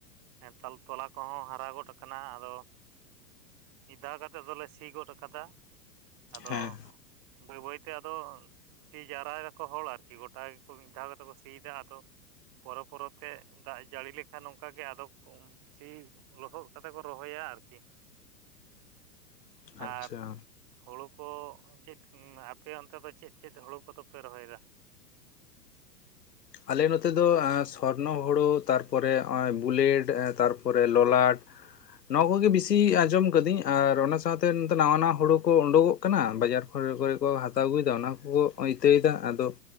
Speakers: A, on the right (about 40°); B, on the left (about 85°).
A: ᱦᱮ ᱛᱟᱞ ᱛᱚᱞᱟ ᱠᱚᱦᱚᱸ ᱦᱟᱨᱟ ᱜᱚᱫ ᱠᱟᱱᱟ ᱟᱫᱚᱼᱼ ᱢᱤᱫ ᱫᱟᱣ ᱠᱟᱛᱮ ᱫᱚᱞᱮ ᱥᱤ ᱜᱚᱫ ᱠᱟᱫᱟ ᱟᱫᱚ,
B: ᱦᱮᱸ
A: ᱵᱟᱹᱭ ᱵᱟᱹᱭᱛᱮ ᱟᱫᱚᱼᱼ ᱥᱤ ᱡᱟᱣᱨᱟ ᱮᱫᱟ ᱠᱚ ᱦᱚᱲ ᱟᱨᱠᱤ ᱜᱚᱴᱟ ᱜᱮᱠᱚ ᱢᱤᱫ ᱫᱷᱟᱣ ᱠᱟᱛᱮ ᱠᱚ ᱥᱤᱭ ᱫᱟᱠᱚ ᱟᱨ ᱠᱚ᱾ ᱯᱚᱨᱚ ᱯᱚᱨᱚᱛᱮ ᱫᱟᱜ ᱡᱟᱹᱲᱤ ᱞᱮᱠᱷᱟᱱ ᱱᱚᱝᱠᱟ ᱜᱮ ᱟᱫᱚᱼᱼ ᱥᱤ ᱞᱚᱦᱚᱫ ᱠᱟᱛᱮ ᱠᱚ ᱨᱚᱦᱚᱭᱟ ᱟᱨᱠᱤ,
B: ᱟᱪᱪᱷᱟ
A: ᱟᱨ ᱦᱳᱲᱳ ᱠᱚᱼᱼ ᱪᱮᱫ ᱟᱯᱮ ᱚᱱᱛᱮ ᱫᱚ ᱪᱮᱫ ᱪᱮᱫ ᱦᱳᱲᱳ ᱠᱚᱫᱚᱯᱮ ᱨᱚᱦᱚᱭᱮᱫᱟ?
B: ᱟᱞᱮ ᱱᱚᱛᱮ ᱫᱚ ᱥᱚᱨᱱᱚ ᱦᱳᱲᱳ ᱛᱟᱨᱯᱚᱨᱮ ᱱᱚᱜᱼᱚᱭ ᱵᱩᱞᱮᱰ ᱛᱟᱨᱯᱚᱨᱮ ᱞᱚᱞᱟᱴ, ᱱᱚᱣᱟ ᱠᱚᱜᱮ ᱵᱤᱥᱤ ᱟᱸᱡᱚᱢ ᱠᱟᱹᱫᱟᱹᱧ ᱟᱨ ᱚᱱᱟ ᱥᱟᱶᱛᱮ ᱱᱟᱣᱟ ᱱᱟᱣᱟ ᱦᱳᱲᱳ ᱠᱚ ᱳᱰᱳᱠᱚᱜᱼᱼ ᱠᱟᱱᱟ ᱵᱟᱡᱟᱨ ᱠᱚᱨᱮ ᱠᱚᱨᱮ ᱠᱚ ᱦᱟᱛᱟᱣ ᱟᱹᱜᱩᱭᱮᱫᱟ ᱚᱱᱟ ᱠᱚᱠᱚ ᱤᱛᱟᱹᱭᱮᱫᱟ ᱟᱫᱚ,